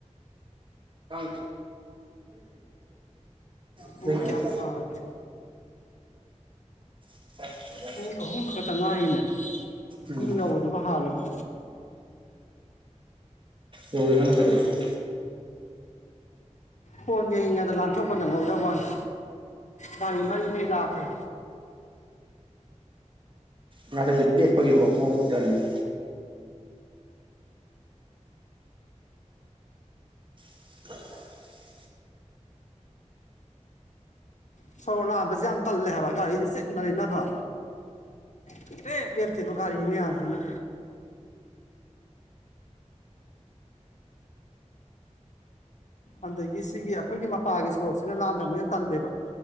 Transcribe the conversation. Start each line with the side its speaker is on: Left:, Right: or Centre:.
Right: ꯀꯥꯡ ꯁꯤꯗꯩꯁꯤꯗꯤ
Left: ꯃꯤꯅꯤꯠ ꯀꯌꯥ ꯍꯥꯔꯥꯒꯦ
Right: <unintelligible>
Left: ꯃꯤꯅꯤꯠ ꯑꯍꯨꯝꯗꯨ ꯈꯛꯇ ꯉꯥꯏꯔꯤꯅꯦ
Right: ꯎꯝ
Left: ꯌꯨꯝ ꯌꯧꯕꯅꯥꯕꯨ ꯍꯥꯜꯂꯅꯤ
Right: ꯑꫭꯏꯔꯁꯅꯨ ꯀꯩꯗꯧꯔꯒꯦ
Left: ꯐꯣꯟ ꯌꯦꯉꯗ ꯂꯥꯟꯊꯣꯛꯄ ꯅꯪꯍꯧꯗꯕꯋꯅꯤ ꯒꯥꯔꯤ ꯃꯔꯤ ꯃꯔꯤ ꯂꯥꯛꯈ꯭ꯔꯦ
Right: ꯉꯥꯆꯤꯛꯁꯦ ꯇꯦꯛꯄꯒꯤ ꯉꯧꯕꯥ ꯇꯪꯕ <unintelligible>
Left: ꯁꯣꯔꯣꯛ ꯂꯥꯛꯝꯕꯁꯦ ꯌꯥꯝ ꯇꯜꯂꯦ ꯍꯥꯏꯕ ꯒꯥꯔꯤꯁꯦ ꯆꯤꯟꯟꯅꯅꯤꯅꯕ ꯁꯨꯡꯂꯦꯞ ꯂꯦꯞꯇꯦꯕ ꯒꯥꯔꯤ ꯃꯌꯥꯝꯁꯤꯅ ꯑꯗꯒꯤ ꯁꯤꯒꯤ ꯑꯩꯈꯣꯏꯒꯤ ꯃꯄꯥꯒꯤ ꯁꯣꯔꯣꯛꯁꯤꯅ ꯂꯥꯜꯕ ꯑꯃꯨꯛ ꯍꯦꯟꯅ ꯇꯜꯂꯦꯕ